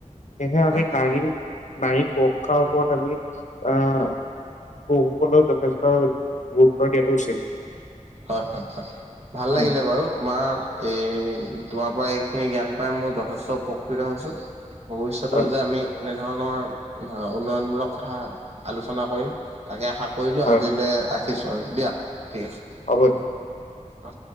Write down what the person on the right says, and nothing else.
তাকে
হয়, হয়, হয়। ভাল
লাগিলে বাৰু, তোমাৰ এই তোমাৰ পৰা এইখিনি জ্ঞান পাই মোৰ যথেষ্ট কৰি থকে হৈছে, ভৱিষ্যতেও
যে আমি এনেধৰণৰ উন্নয়নমূলক কথা আলোচনা কৰিম। তাকে আশা কৰিলো,
আজিলৈ ৰাখিছো আৰু দিয়া, ঠিক আছে।
অ'।